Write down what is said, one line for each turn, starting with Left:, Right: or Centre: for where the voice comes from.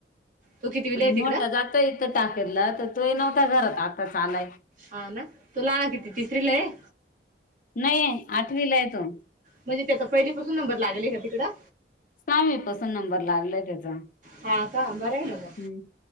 Right: तो कितवीला
Left: आन
Right: आहे तिकडं
Left: मोठा जातोय इथं टाकेरला तर तो ही नव्हता घरात आताच आलाय
Right: हा ना तूला किती तिसरीला हाय?
Left: नाही हाय आठवीला हाय तो
Right: म्हणजे त्याचा पहिली पासून नंबर लागले का तिकडं?
Left: काय माहित कसा नंबर लागलाय त्याचा
Right: हा का बरं आहे ना
Left: हम